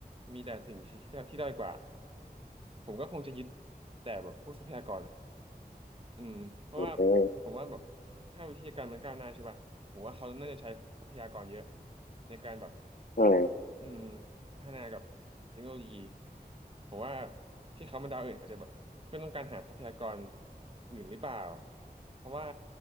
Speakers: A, on the right (about 35°); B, on the left (about 60°).
A: มีแต่สิ่งที่ที่ที่ด้อยกว่าผมก็คงจะยึดแต่แบบพวกทรัพยากรอ่ะอืมเพราะว่า
B: อืม
A: ผมว่าแบบถ้าวิทยาการมันก้าวหน้าใช่ป่ะผมว่าเขาน่าจะใช้ทรัพยากรเยอะในการแบบ
B: อืม
A: อืมพัฒนากับเทคโนโลยีผมว่าที่เขามาดาวอื่นอาจจะแบบเพื่อนต้องการหาทรัพยากรอื่นหรือเปล่าเพราะว่า